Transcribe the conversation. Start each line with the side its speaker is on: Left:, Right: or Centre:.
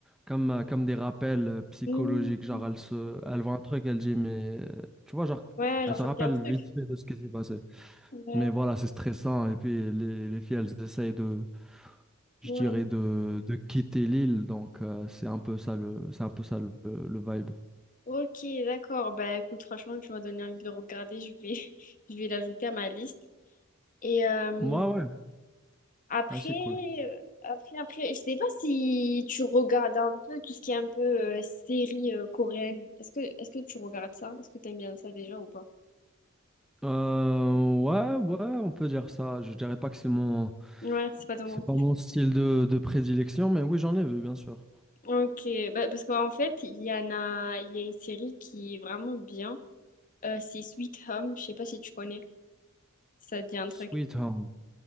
Centre: comme, euh, comme des rappels euh, psychologiques.
Left: Hmm.
Centre: Genre, elle se, elle voit un truc, elle dit, mais euh, tu vois, genre,
Left: Ouais,
Centre: elle
Left: genre
Centre: se
Left: ça
Centre: rappelle
Left: me dit un truc.
Centre: vite fait de ce qui s'est passé.
Left: Ouais.
Centre: Mais voilà, c'est stressant. Et puis, les, les filles, elles essayent de, je
Left: Ouais.
Centre: dirais, de, de quitter l'île. Donc, euh, c'est un peu ça le, c'est un peu ça le, le vibe.
Left: Ok, d'accord. Bah écoute, franchement, tu m'as donné envie de le regarder. Je vais, <laughs> je vais l'ajouter à ma liste. Et euh,
Centre: Moi, Ouais, ouais,
Left: après,
Centre: ah, c'est cool.
Left: euh, après, après, je sais pas si tu regardes un peu tout ce qui est un peu euh, série euh, coréenne. Est-ce que, est-ce que tu regardes ça? Est-ce que t'aimes bien ça déjà ou pas?
Centre: Euh, ouais, ouais, on peut dire ça. Je dirais pas que c'est mon.
Left: Ouais, c'est pas ton
Centre: C'est
Left: mot.
Centre: pas mon style de, de prédilection, mais oui, j'en ai vu, bien sûr.
Left: Ok, bah, parce qu'en fait, il y en a, il y a une série qui est vraiment bien. Euh, c'est Sweet Home, je sais pas si tu connais, si ça te dit un
Centre: Sweet
Left: truc.
Centre: Home.